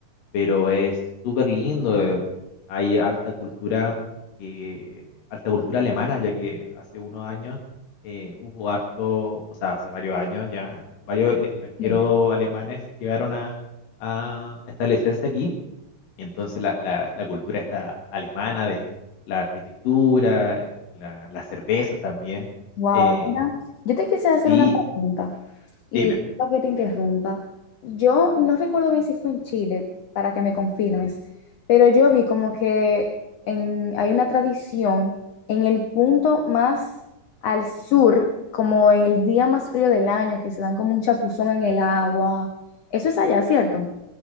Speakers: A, on the left; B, on the left.
A: pero es súper lindo. eh, Hay alta cultura, eh, alta cultura alemana, ya que hace unos años eh, hubo harto, o sea, hace varios años ya, varios extranjeros
B: dicho.
A: alemanes llegaron a, a establecerse aquí. Y entonces la, la, la cultura está alemana de la arquitectura, la, la cerveza también.
B: Wow,
A: eh,
B: mira, yo te quisiera hacer
A: sí,
B: una pregunta y
A: dime.
B: disculpa que te interrumpa. Yo no recuerdo bien si fue en Chile, para que me confirmes, pero yo vi como que en- hay una tradición en el punto más al sur, como en el día más frío del año, que se dan como un chapuzón en el agua. Eso es allá, ¿cierto?